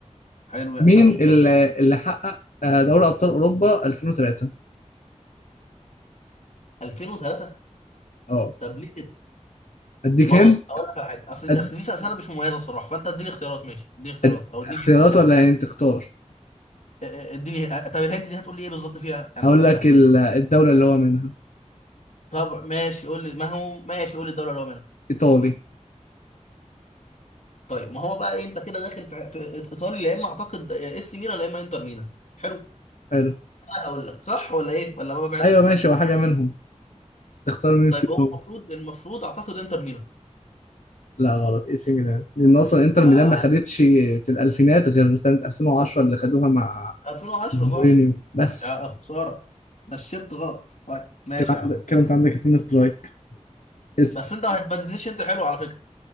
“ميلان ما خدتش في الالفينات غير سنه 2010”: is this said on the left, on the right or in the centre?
Left